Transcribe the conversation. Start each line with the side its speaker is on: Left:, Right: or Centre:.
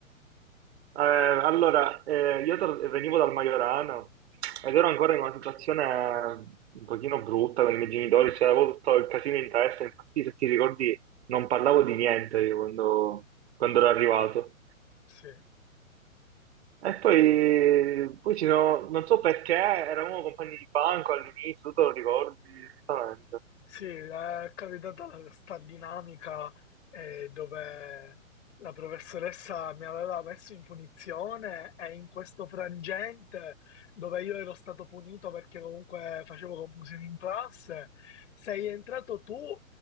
Right: Eh, allora eh, io tor- venivo dal Maiorano ed ero ancora in una situazione un pochino brutta con i miei genitori, cioè avevo tutto il casino in testa, infatti se ti ricordi non parlavo di niente io quando, quando ero arrivato.
Left: sì.
Right: E poi, poi ci sono, non so perché, eravamo compagni di banco all'inizio, tu te lo ricordi esattamente.
Left: Sì, è capitata la- sta dinamica eh, dove la professoressa mi aveva messo in punizione e in questo frangente dove io ero stato punito perché comunque facevo confusione in classe, sei entrato tu